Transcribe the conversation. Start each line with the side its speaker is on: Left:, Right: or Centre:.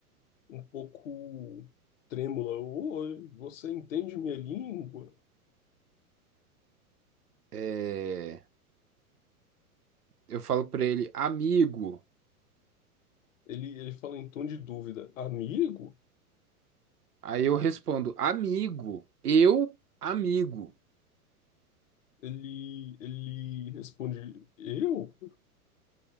Left: um pouco trêmula. Oi, você entende minha língua?
Right: É, eu falo para ele, amigo.
Left: Ele, ele fala em tom de dúvida. Amigo?
Right: Aí eu respondo, amigo, eu, amigo.
Left: Ele, ele responde, eu?